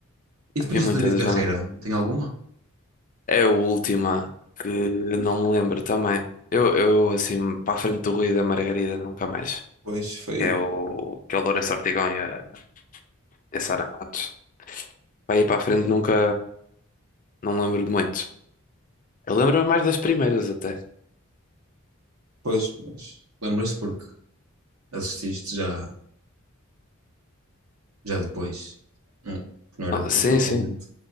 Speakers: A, on the right (about 80°); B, on the left (about 40°).
A: E depois
B: vi muita
A: do David
B: da
A: Carreira,
B: Jonathan.
A: tem alguma?
B: É a última que não me lembro também. Eu, eu assim, para a frente do Rui e da Margarida, nunca mais.
A: Pois foi
B: Que é
A: o.
B: o, que é o Lourenço Ortigão e a, e a Sara Matos. Para ir para a frente nunca, não me lembro de muito. Eu lembro mais das primeiras até.
A: Pois, mas lembras porque assististe já, já depois. Não, que não era
B: Ah,
A: do teu
B: sim,
A: tempo,
B: sim.
A: obviamente.